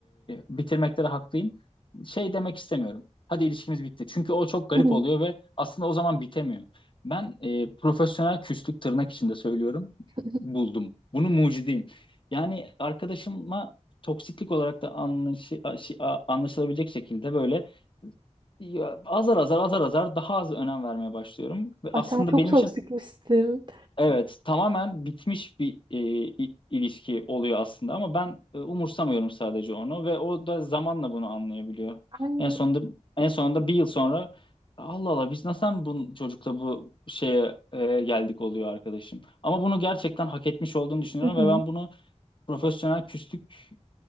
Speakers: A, on the left; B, on the right.
A: bitirmekte de haklıyım. Şey demek istemiyorum. Hadi ilişkimiz bitti. Çünkü o çok garip
B: Hı hı.
A: oluyor ve aslında o zaman bitemiyor. Ben e, profesyonel küslük tırnak içinde söylüyorum.
B: <laughs>
A: Buldum. Bunu mucidiyim. Yani arkadaşıma toksiklik olarak da anlaşı- a- a- anlaşılabilecek şekilde böyle ya, azar azar azar azar daha az önem vermeye başlıyorum. Ve
B: Ay
A: aslında
B: sen çok
A: benim
B: toksikmişsin.
A: için evet tamamen bitmiş bir e, i- ilişki oluyor aslında ama ben e, umursamıyorum sadece onu ve o da zamanla bunu anlayabiliyor.
B: Ben
A: En sonunda en sonunda bir yıl sonra Allah Allah biz nasıl bu çocukla bu şeye e, geldik oluyor arkadaşım. Ama bunu gerçekten hak etmiş olduğunu düşünüyorum
B: Hı hı.
A: ve ben bunu profesyonel küslük